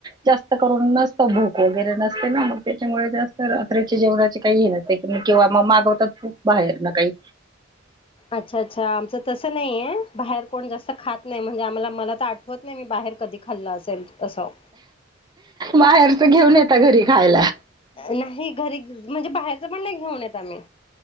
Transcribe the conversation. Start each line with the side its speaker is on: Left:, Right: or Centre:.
Right: जास्त करून नसत बुक वगैरे न ना मग त्याच्यामुळे जास्त रात्रीच्या जेवणाचे काही हे नसते क किंवा मग मागवत खूप बाहेर ना काही
Left: अच्छा अच्छा आमचं तस नाही आहे बाहेर कोण जास्त खात नाही म्हणजे आम्हाला मला तर आठवत नाही मी बाहेर कधी खाल्लं असेल असावं
Right: बाहेरच घेऊन येतता घरी खायला
Left: नाही घरी म्हणजे बाहेरच पण नाही घेऊन येत आम्ही